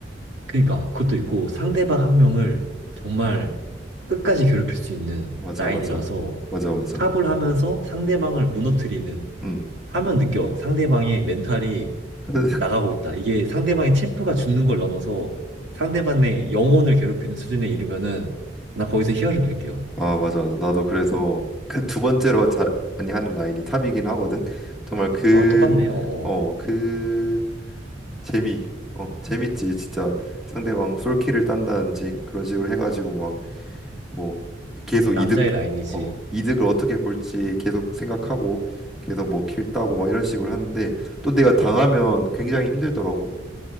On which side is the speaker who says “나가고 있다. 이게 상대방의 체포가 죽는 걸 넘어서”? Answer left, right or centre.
Right